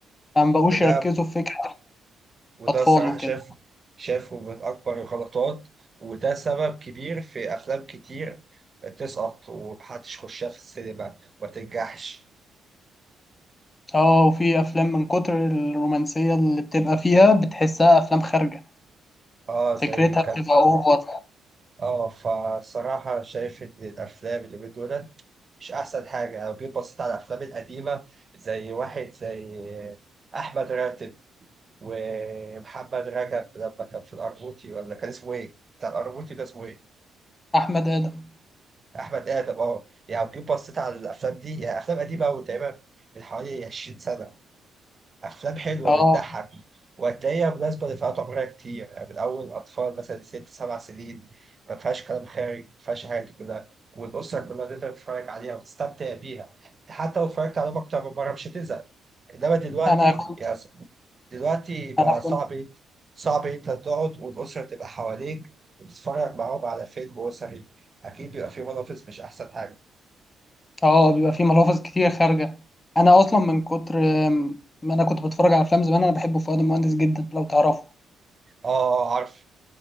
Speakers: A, on the left; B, on the right.
A: فما بقوش
B: وده
A: يركزوا في فكرة
B: وده
A: الأطفال
B: الصراحة
A: وكده
B: شايف شايفه من اكبر الغلطات وده سبب كبير في افلام كتير تسقط ومحدش يخشها في السينما ما تنجحش
A: اه وفي أفلام من كتر الرومانسية اللي بتبقى فيها بتحسها أفلام خارجة
B: اه زي
A: فكرتها
B: كان
A: بتبقى أوفر
B: اه فصراحة شايف إن الأفلام اليومين دول مش أحسن حاجة لو جيت بصيت على الأفلام القديمة زي واحد زي أحمد راتب ومحمد رجب لما كان في الأرموطي ولا كان اسمه إيه؟ بتاع الأرموطي ده اسمه إيه؟
A: أحمد آدم
B: أحمد آدم أه يعني لو جيت بصيت على الأفلام دي يعني أفلام قديمة أوي تقريبا من حوالي 20 سنة افلام حلوه
A: اه
B: بتضحك وهتلاقيها مناسبه لفئات عمريه كتير يعني من اول اطفال مثلا ست سبع سنين ما فيهاش كلام خارج ما فيهاش الحاجات دي كلها والاسره كلها تقدر تتفرج عليها وتستمتع بيها حتى لو اتفرجت عليهم اكتر من مره مش هتزهق انما دلوقتي
A: أنا كنت
B: يا س- دلوقتي بقى
A: أنا
B: صعب
A: كنت
B: صعب انت تقعد والاسره تبقى حواليك وتتفرج معاهم على فيلم اسري اكيد بيبقى فيه منافس مش احسن حاجه
A: اه بيبقى فيه ملافظ كتير خارجة انا اصلا من كتر آم، ما انا كنت بتفرج على افلام زمان انا بحب فؤاد المهندس جدا لو تعرفه
B: اه عارف